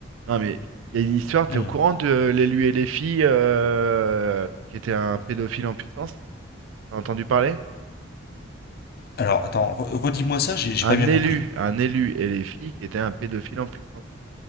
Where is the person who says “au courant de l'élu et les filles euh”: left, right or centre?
Right